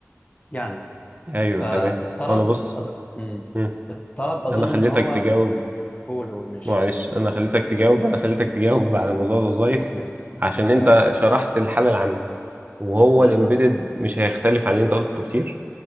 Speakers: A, on the left (about 30°); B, on the right (about 35°).
A: يعني
B: ايوه
A: فالطلب
B: تمام هو انا بص
A: أظ... مم.
B: مم.
A: الطلب أظن
B: انا خليتك
A: إن هو
B: تجاوب
A: مم. قول قول مش
B: معلش انا خليتك تجاوب انا خليتك تجاوب على موضوع الوظائف
A: <laughs>
B: عشان
A: تمام
B: انت شرحت الحالة العامة وهو
A: بالظبط
B: الامبيدد مش هيختلف عن اللي انت قلته كتير